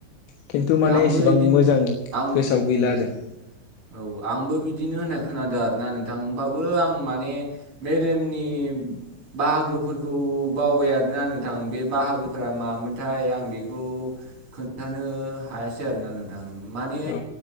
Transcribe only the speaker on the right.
आंबो
बिदिनो
आंम
उम
उम औ आंबो बिदि बिदिनो होननाय खोनादों आरोना नोंथां हमबाबो आं माने मेलेमनि बाहागोफोरखौ बावबाय आरोना नोंथां बे बाहागोफोरा मामोनथाय आं बेखौ खोन्थानो हायासै आरोना नोंथां माने